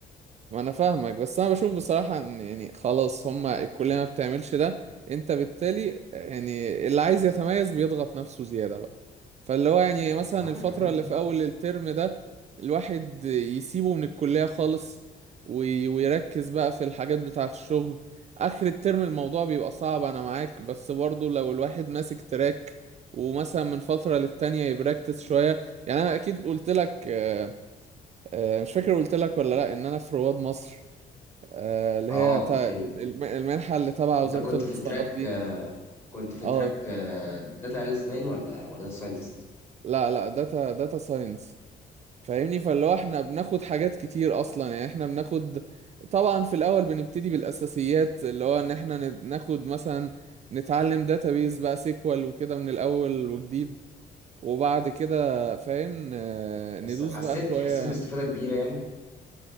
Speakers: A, on the right; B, on the left.
A: ما انا فاهمك بس انا بشوف بصراحة ان يعني خلاص هما الكلية ما بتعملش ده انت بالتالي يعني اللي عايز يتميز بيضغط نفسه زيادة بقى فاللي هو يعني مثلا
B: أنا معاك
A: الفترة
B: لا انا معاك
A: اللي في اول الترم ده الواحد يسيبه من الكلية خالص وي- ويركز بقى في الحاجات بتاعة الشغل اخر الترم الموضوع بيبقى صعب انا معاك بس برضه لو الواحد ماسك تراك ومثلا من فترة للتانية يبراكتس شوية يعني انا اكيد قلت لك آه، آه، مش فاكر قلت لك ولا لا ان انا في رواد مصر آه، اللي
B: اه
A: هي
B: قلت
A: تا-
B: لي
A: الم- المنحه اللي تبع
B: انت
A: وزاره
B: كنت
A: الاتصالات
B: في تراك
A: دي
B: كنت في
A: اه
B: تراك داتا اناليست باين ولا ولا داتا ساينتست
A: لا لا داتا داتا ساينس فاهمني فاللي هو احنا بناخد حاجات كتير اصلا يعني احنا بناخد طبعا في الاول بنبتدي بالاساسيات اللي هو ان احنا ن- ناخد مثلا نتعلم داتابيز بقى سيكوال وكده من الاول وجديد وبعد كده فاهم آه،
B: بس
A: ندوس
B: حسيت
A: بقى شويه
B: حسيت باستفاده كبيره يعني